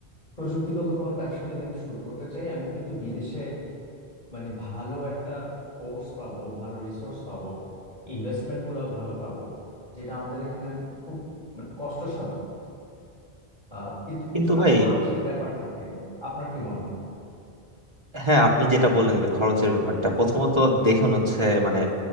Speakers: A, on the left (about 45°); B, on the right (about 25°).
A: প্রযুক্তিগত কোনো ব্যবসা যদি আমি শুরু করতে চাই আমি কিন্তু বিদেশে মানে ভালো একটা কোর্স পাবো ভালো রিসোর্স পাবো ইনভেস্টমেন্টগুলো ভালো পাবো যেটা আমাদের এখানে খুব মানে কষ্টসাধ্য আহ কিন্তু
B: কিন্তু
A: কিছুটা
B: ভাই
A: খরচের ব্যাপার থাকে আপনার কি মনে হয়
B: হ্যাঁ আপনি যেটা বললেন যে খরচের ব্যাপারটা প্রথমত দেখুন হচ্ছে মানে